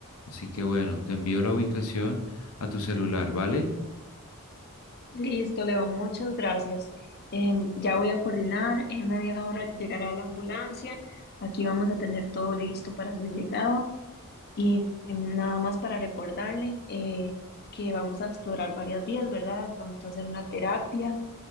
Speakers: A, on the left (about 75°); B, on the left (about 45°).
A: Así que bueno, te envío la ubicación a tu celular, ¿vale?
B: Listo, Leo, muchas gracias. Em, ya voy a coordinar, en media hora llegará la ambulancia, aquí vamos a tener todo listo para su llegada y em, nada más para recordarle eh, que vamos a explorar varias vías, ¿verdad? Vamos a hacer una terapia